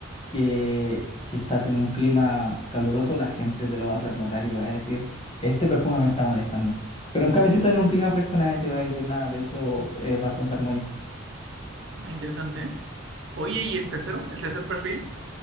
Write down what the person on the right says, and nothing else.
Interesante, ¿eh? Oye, ¿y el tercero? ¿El tercer perfil?